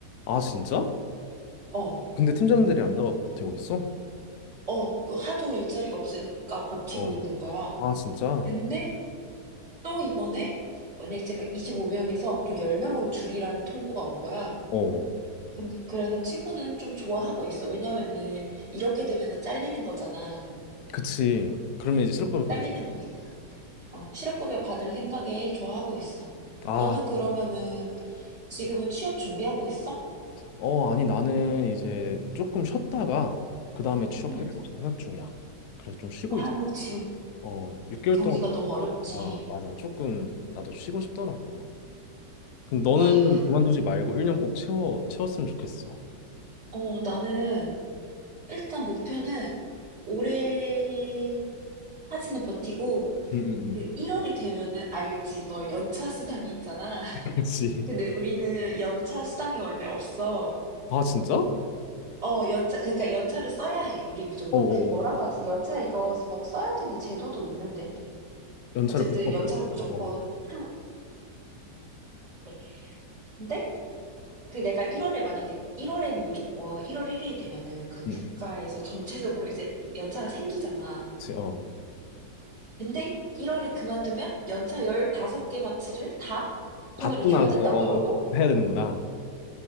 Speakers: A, on the left; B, on the right.
A: 아, 진짜?
B: 어,
A: 근데 팀장들이 안 나가고 버티고 있어?
B: 어, 그 하도 일자리가 없으니까 버티고
A: 어.
B: 있는 거야.
A: 아, 진짜?
B: 근데 또 이번에 만약에 제가 25명에서 또 10명으로 줄이라는 통보가 온 거야.
A: 어,
B: 그- 그래서 친구는 좀 좋아하고 있어. 왜냐면은 이렇게 되면은 잘리는 거잖아.
A: 그치. 그러면 이제 실업급여 받을
B: 잘리는
A: 수...
B: 거니까. 어, 실업급여 받을 생각에 좋아하고 있어.
A: 아,
B: 너는 그러면은 지금은 취업 준비하고 있어?
A: 어, 아니, 나는 이제 조금 쉬었다가 그 다음에 취업하려고
B: 응.
A: 생각 중이야. 그래서 좀 쉬고
B: 아우,
A: 있어.
B: 지금
A: 어, 6개월
B: 경기가
A: 동안
B: 너무 어렵지.
A: 아, 맞아. 조금 나도 쉬고 싶더라고. 그럼 너는
B: 아휴,
A: 그만두지 말고 1년 꼭 채워 채웠으면 좋겠어.
B: 어, 나는 일단 목표는 올해까지는 버티고
A: 응, 응, 응.
B: 그 1월이 되면은 알지. 너 연차 수당이 있잖아. <laughs>
A: 그렇지.
B: 근데 우리는 연차 수당이 원래 없어.
A: 아, 진짜?
B: 어, 연차 그러니까 연차를 써야 해. 우리 무조건
A: 어어어.
B: 그 뭐라고 하지? 연차 이거 뭐 써야 되는 제도도 있는데.
A: 연차를
B: 어쨌든
A: 무조건
B: 연차를
A: 써야 돼.
B: 무조건
A: 어.
B: 향 해. 근데 그 내가 1월에 만약에 1월에는 무조건 1월 1일이 되면은 그 국가에서
A: 응, 응.
B: 전체적으로 이제 연차가 생기잖아.
A: 그지 어.
B: 근데 1 월에 그만두면 연차 15개 마치를 다 돈으로
A: 받고
B: 줘야
A: 나서
B: 된다더라고.
A: 어, 해야 되는구나.